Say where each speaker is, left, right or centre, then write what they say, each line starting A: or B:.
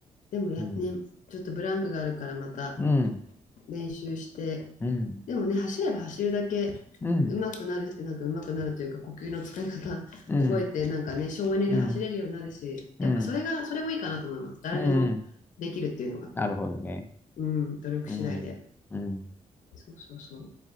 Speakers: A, on the left; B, on the left.
A: でもや、
B: うん、
A: ね、ちょっとブランクがあるからまた
B: うん、
A: 練習して、
B: うん、
A: でもね、走れば走るだけ上手くなる、
B: うん、
A: なんか上手くなるというか、呼吸の使い方覚えて、
B: うん、
A: なんかね、省エネで走れるようになるし、
B: うん、うん、
A: やっぱそれが、それもいいかなと思います。誰でもできるっていうのが。
B: うん。なるほどね。
A: うん、努力次第で。
B: うん、うん。
A: そうそうそう。